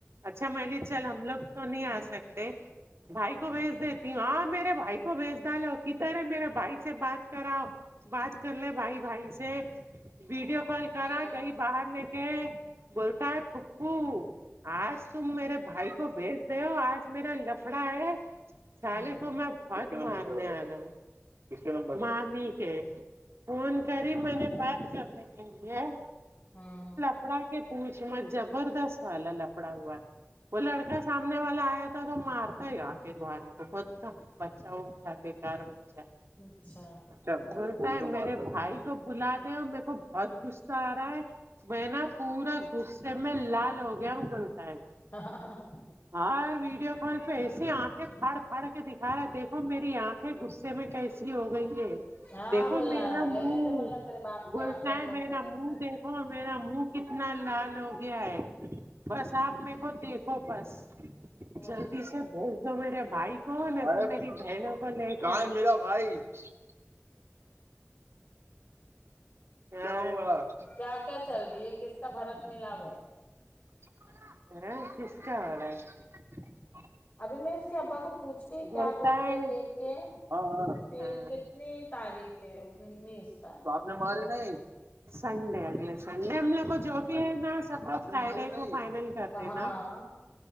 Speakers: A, on the right; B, on the left.
A: اچھا میں بولی چل ہم لوگ تو نہیں آ سکتے بھائی کو بھیج دیتی ہوں ہاں میرے بھائی کو بیچ ڈالو کدھر ہے میرے بھائی سے بات کراؤ بات کر لے بھائی بھائی سے ویڈیو کال کرا
B: ہیلو
A: کہیں باہر لے کے بولتا ہے پھوپو آج تم میرے بھائی کو بھیج دو آج میرا لفڑا ہے سالے
B: ہوں
A: کو میں بہت مارنے والا ہوں مامی کے فون کری میں نے بات کرنے کے لیے
B: ہاں
A: کپڑا کے پوچھ مت زبردست سالا لف کپڑا ہوا ہے وہ لڑکا سامنے والا آیا تھا تو مارتا ہی آخر وہ آدمی کو بچہ وہ تھا بےکار بچہ
B: اچھا
A: جب بولتا ہے میرے بھائی کو بلا دے اور میرے کو بہت غصہ آ رہا ہے میں نا پورا غصے میں لال ہو گیا ہوں بولتا ہے
B: ہاں ہاں ہاں ہاں
A: ہاں ویڈیو کال پہ ایسے آنکھیں پھاڑ پھاڑ کے دی ارا دیکھو میری آنکھیں غصے میں کیسی ہو گئی ہے
B: ہاں
A: دیکھو
B: بولنا
A: میرا
B: رہنے
A: منہ
B: دے بولنا
A: منہ
B: تیرے باپ کی
A: بولتا
B: آنکھیں ہم
A: ہے
B: لوگ
A: میرا
B: دیکھ رہی
A: منہ
B: ہے
A: دیکھ ہاں میرا منہ کتنا لال ہو گیا ہے بس آپ میں کو دیکھ ہو بس
B: وہی
A: جلدی
B: تو
A: سے بھیج دو میرے بھائی کو <unintelligible> <unintelligible>
B: کیا کیا چل رہی ہے کس کا بھرت ملا ہوا ہے
A: <unintelligible>
B: ابھی میں اس کے ابا کو پوچھکے
A: بولتا
B: کیا بولتے
A: ہے
B: ہیں دیکھتے ہیں
A: ہاں ہاں
B: پھر
A: ہاں
B: نی تاریخ ہے انیس تاریخ
A: تو آپ نے
B: کو
A: ماری
B: نا
A: نہیں سنڈے اگل سنڈے نا سب کو فرائیڈے کو فائنل کر
B: ہاں
A: دینا